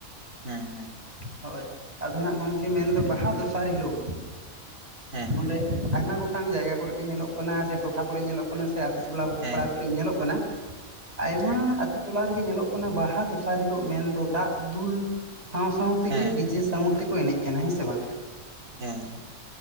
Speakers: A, on the right; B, on the right.
A: ᱦᱮᱸ ᱦᱮᱸ᱾
B: ᱦᱳᱭ, ᱟᱫᱚ ᱦᱟᱸᱜ ᱜᱚᱝᱠᱮ ᱢᱮᱱ ᱫᱚ ᱵᱟᱦᱟ ᱫᱚᱥᱟᱨ ᱦᱤᱞᱳᱜ
A: ᱦᱮᱸ᱾
B: ᱱᱚᱸᱰᱮ ᱟᱭᱢᱟ ᱜᱚᱴᱟᱝ ᱡᱟᱭᱜᱟ ᱠᱚᱨᱮ ᱜᱮ ᱧᱮᱞᱚᱜ ᱠᱟᱱᱟ, ᱥᱮ ᱴᱚᱴᱷᱟ ᱠᱚᱨᱮ ᱧᱮᱞᱚᱜ ᱠᱟᱱᱟ ᱚᱱᱟ ᱥᱮ ᱟᱛᱳ ᱴᱚᱞᱟ
A: ᱦᱮᱸ ᱦᱮᱸ
B: ᱯᱟᱲᱟ ᱠᱚᱨᱮ ᱧᱮᱞᱚᱜ ᱠᱟᱱᱟ ᱟᱭᱢᱟ
A: ᱦᱮᱸ
B: ᱟᱛᱳ ᱴᱚᱞᱟ ᱨᱮ ᱜᱮ ᱧᱮᱞᱚᱜ ᱠᱟᱱᱟ ᱵᱟᱦᱟ ᱫᱚᱥᱟᱨ ᱦᱤᱞᱚᱜ ᱢᱮᱱᱫᱚ ᱫᱟᱜ ᱫᱩᱞ ᱥᱟᱶ ᱥᱟᱶ ᱛᱮ
A: ᱦᱮᱸ
B: ᱜᱮ ᱰᱤᱡᱮ ᱥᱟᱣᱩᱱᱰ ᱛᱮ ᱠᱚ ᱮᱱᱮᱡ ᱠᱟᱱᱟ ᱦᱮᱸ ᱥᱮ ᱵᱟᱝ᱾
A: ᱦᱮᱸ᱾